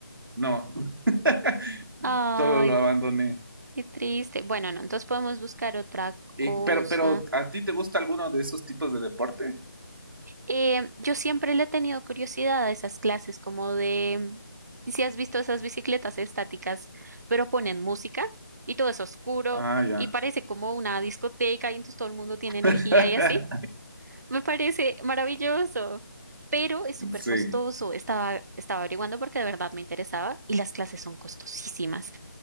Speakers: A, on the right; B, on the right.
A: no, <laughs>
B: Ay,
A: solo lo abandoné.
B: qué triste. Bueno, no, entonces podemos buscar otra
A: Y-
B: cosa.
A: pero, pero, ¿a ti te gusta alguno de esos tipos de deporte?
B: Eh, yo siempre le he tenido curiosidad a esas clases, como de, si has visto esas bicicletas estáticas, pero ponen música y todo es oscuro
A: Ah, ya.
B: y parece como una discoteca y entonces todo el mundo tiene energía
A: <laughs>
B: y así. Me parece maravilloso, pero es súper
A: Sí,
B: costoso. Estaba, estaba averiguando porque de verdad me interesaba y las clases son costosísimas.